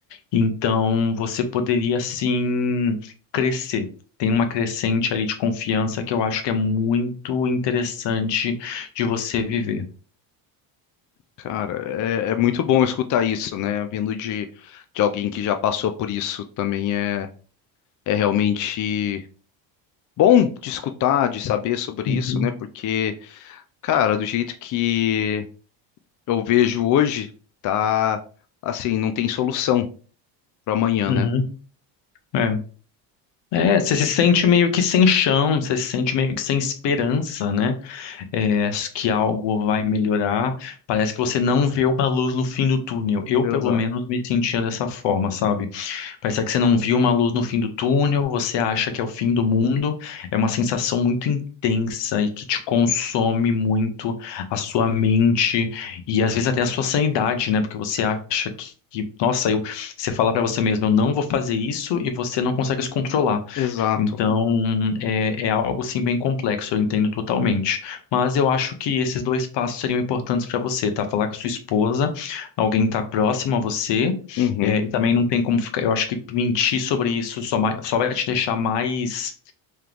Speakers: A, on the left; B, on the left.
A: então, você poderia sim crescer. Tem uma crescente ali de confiança que eu acho que é muito interessante de você viver.
B: Cara, é, é muito bom escutar isso, né? Vindo de, de alguém que já passou por isso também é, é realmente bom de escutar, de saber sobre
A: Uhum,
B: isso, né? Porque, cara, do jeito que eu vejo hoje, tá assim, não tem solução para amanhã,
A: uhum,
B: né?
A: É. É, você se sente meio que sem chão, você se sente meio que sem esperança, né? É, que algo vai melhorar. Parece que você não vê uma luz no fim do túnel. Eu,
B: Exato.
A: pelo menos, me sentia dessa forma, sabe? Parece que você não viu uma luz no fim do túnel, você acha que é o fim do mundo. É uma sensação muito intensa e que te consome muito a sua mente e às vezes até a sua sanidade, né? Porque você acha que, que, nossa, eu, você fala pra você mesmo, eu não vou fazer isso e você não consegue se controlar.
B: Exato.
A: Então, é, é algo sim bem complexo, eu entendo totalmente. Mas eu acho que esses dois passos seriam importantes para você, tá? Falar com a sua esposa, alguém tá próximo a você,
B: Uhum.
A: é, e também não tem como ficar. Eu acho que mentir sobre isso só, mai- só vai te deixar mais,